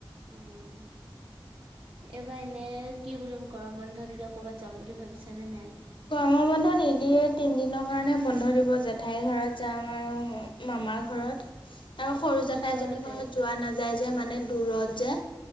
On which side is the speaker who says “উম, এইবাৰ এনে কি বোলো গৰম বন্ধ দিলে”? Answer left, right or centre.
Right